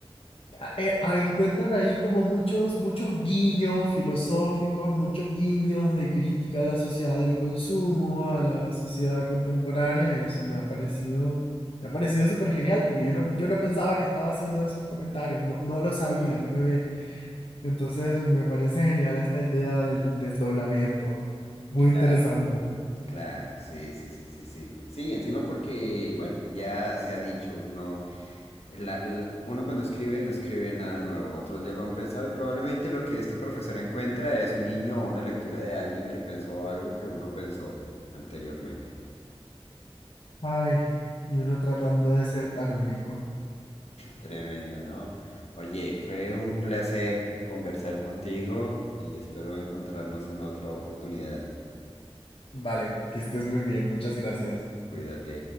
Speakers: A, on the left; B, on the left.
A: a- eh, ah, encuentran ahí como muchos, muchos guiños filosóficos, muchos guiños de crítica a la sociedad del consumo, a la sociedad contemporánea, y eso me ha parecido, me ha parecido súper genial, porque yo no, yo no pensaba que estaba haciendo esos comentarios, no, no lo sabía, no me ve. Entonces, me parece genial esta idea del desdoblamiento. Muy
B: claro.
A: interesante.
B: Claro, sí, sí, sí, sí, sí. Sí, encima porque, bueno, ya se ha dicho, no, la- l- uno cuando escribe no escribe nada nuevo, otros ya lo han pensado y probablemente lo que este profesor encuentra es un guiño o una lectura de alguien que pensó algo que uno pensó anteriormente.
A: Ay, y uno tratando de ser tan único.
B: Tremendo, ¿no? Oye, fue un placer conversar contigo y espero encontrarnos en otra oportunidad.
A: Vale, que estés muy bien, muchas gracias.
B: Cuídate.